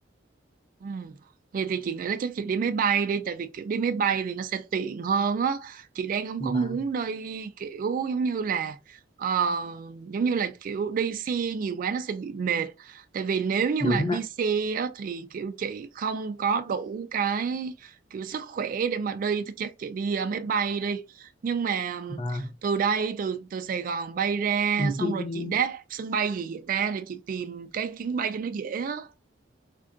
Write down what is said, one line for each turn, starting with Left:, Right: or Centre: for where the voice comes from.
Right: Ừ. Vậy thì chị nghĩ là chắc chị đi máy bay đi tại vì kiểu đi máy bay thì nó sẽ tiện hơn á chị đang không
Left: và
Right: có muốn đi kiểu giống như là ờ, giống như là kiểu đi xe nhiều quá nó sẽ bị mệt tại vì nếu như
Left: đúng
Right: mà
Left: ạ
Right: đi xe á, thì kiểu chị không có đủ cái kiểu sức khỏe để mà đi thì chắc chị đi ờ, máy bay đi nhưng mà
Left: và
Right: từ đây từ từ Sài Gòn bay ra
Left: vì
Right: xong
Left: khi
Right: rồi
Left: đi
Right: chị đáp sân bay gì vậy ta để chị tìm cái chuyến bay cho nó dễ á